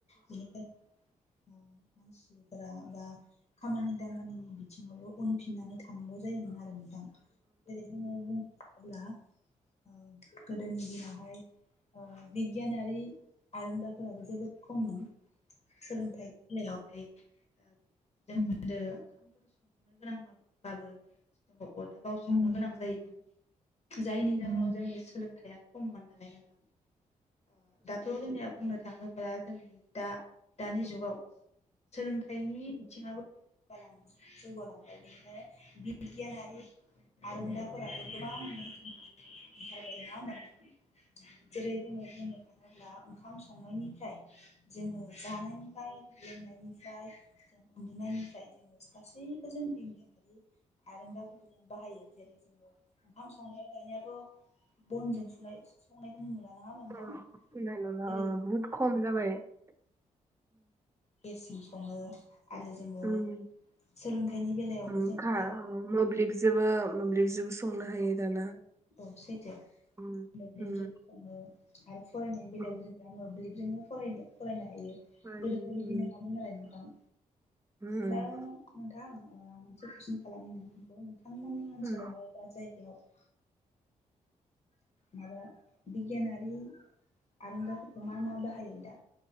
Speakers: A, on the left; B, on the right.
A: बेनिखायनो मानसिफोरा बा खामानि दामानिनि बिथिङावबो उनफिननानै थानांग जायोमोन आ नोंथां जेरै जोङो बुंनो थाङोब्ला औ गोदोनि दिनावहाय बिगियानारि आरोंदाफोराबो जोबोद खममोन। सोलोंथाइनि बेलायावहाय ओ जों गोदो ओंखामफोर सं संनो गोनांबाबो जोङो अरदाबाव संनो गोनां जायोमोन। जायनि जाहोनाव जोंनि सोलोंथाइया खममोन नालाय नोंथां। दाथ जोंनिया बुंनो थाङोब्ला जोंनि दा दानि जुगाव सोलोंथाइनि बिथिङाबो जौगालांबाय बिनिखायनो बिगयानारि आरोंदा फोराबो गोबां ओंखारबाय नङा होनबा नोंथां जेरै दिनै बुंनो थाङोब्ला ओंखाम संनायनिफ्राय जोङो जानायनिफ्राय लोंनायनि फ्राय जों उन्दुनायनिफ्राय जोङो गासैबो जों बिगियानारि आरोंदाफोरखौ जों बाहायो जेरै जोङो ओंखाम संनाया गायनायाथ बनजों सनाय संनायखौनो नुला नङा होमबा नोंथां
B: <unintelligible>
A: जेरै जों
B: बहुत खम जाबाय
A: गेसजों सङो आरो जोङो
B: उम,
A: सोलोंथाइनि बेलायावबो
B: उम,
A: जोङो
B: खा
A: दा
B: मोब्लिबजोबो मोब्लिबजोबो संनो हायो। दाना
A: औ औ सैथो
B: उम,
A: मोब्लिबजों
B: उम,
A: सङो आरो फरायनायनि बेलायावबो
B: उम,
A: जों दा मोब्लिब जोङो फरायनो फरायनो हायो।
B: उम,
A: गोदोथ बिदि नङामोन नालाय नोंथां।
B: उम,
A: दाउ नोंथां अ मोनसे कैसन खालामनि नोंथांखौ नोंथां? नोथांमोननि ओनसोलावहाय
B: उम,
A: बा जायगायाव ओ माबा बिगियानारि आरुंदाफोरखौ मा मा बाहायो दा?